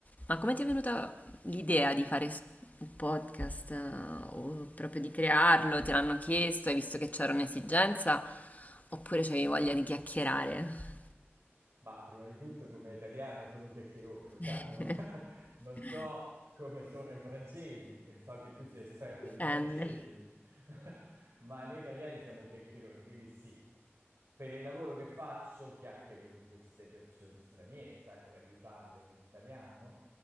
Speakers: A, on the left; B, on the right.
A: Ma come ti è venuta l'idea di fare s- un podcast eh, o proprio di crearlo? Te l'hanno chiesto, hai visto che c'era un'esigenza oppure c'avevi voglia di chiacchierare?
B: Ma prima di tutto, come italiano, sono un chiacchierone,
A: <laughs>
B: lo sai, no? <laughs> Non so come sono i francesi, so che tu sei esperta
A: Dipende.
B: di francesi, <laughs> ma noi italiani siamo chiacchieroni, quindi sì. Per il lavoro che faccio, chiacchiero con queste persone straniere, sai, per aiutarle con l'italiano.